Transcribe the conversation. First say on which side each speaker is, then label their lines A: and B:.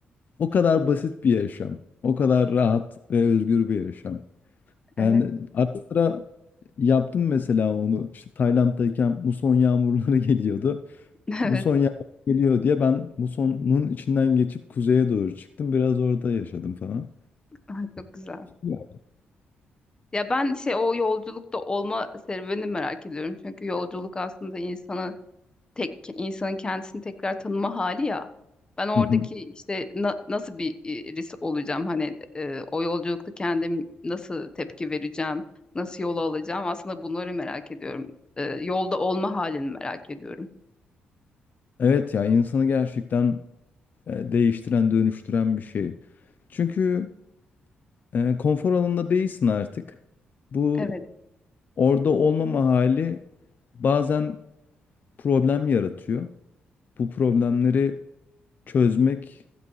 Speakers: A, on the left; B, on the left.
A: O kadar basit bir yaşam. O kadar rahat ve özgür bir yaşam.
B: evet,
A: Yani ara sıra yaptım mesela onu. İşte Tayland'dayken muson yağmurları <laughs> geliyordu.
B: <laughs>
A: Muson
B: evet.
A: yağmur geliyor diye ben musonun içinden geçip kuzeye doğru çıktım. Biraz orada yaşadım falan.
B: Ay, çok güzel.
A: Ya.
B: Ya ben şey o yolculukta olma serüvenini merak ediyorum. Çünkü yolculuk aslında insanı tek insanın kendisini tekrar tanıma hali ya. Ben oradaki
A: Hı hı.
B: işte na- nasıl bir e, olacağım hani e, o yolculukta kendim nasıl tepki vereceğim, nasıl yol alacağım aslında bunları merak ediyorum. E, yolda olma halini merak ediyorum.
A: Evet ya insanı gerçekten e, değiştiren, dönüştüren bir şey. Çünkü e, konfor alanında değilsin artık. Bu
B: Evet.
A: orada olmama hali bazen problem yaratıyor. Bu problemleri çözmek